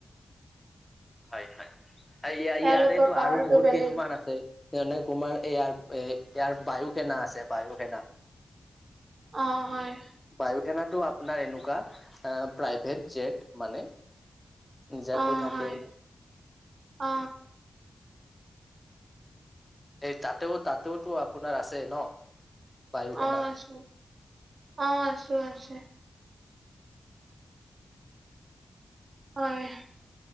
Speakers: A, on the left (about 15°); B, on the right (about 65°).
A: হয় হয় আৰু ইয়া
B: তেওঁলোকৰ
A: ইয়াৰেতো
B: পাৱাৰটো
A: আৰু বহুত
B: বেলেগ
A: কেইছুমান আছে যেনে তোমাৰ ইয়াৰ এ ইয়াৰ বায়ু সেনা আছে বায়ু সেনা।
B: অ হয়।
A: বায়ু সেনাটো আপোনাৰ এনেকুৱা প্ৰাইভেট জেট মানে। নিযাকৈ
B: অ
A: থাকে।
B: হয় অ
A: এই তাতেও তাতো ত আপোনাৰ আছে ন। বায়ু সেনা
B: অ আছে অহ আছো আছে। হয়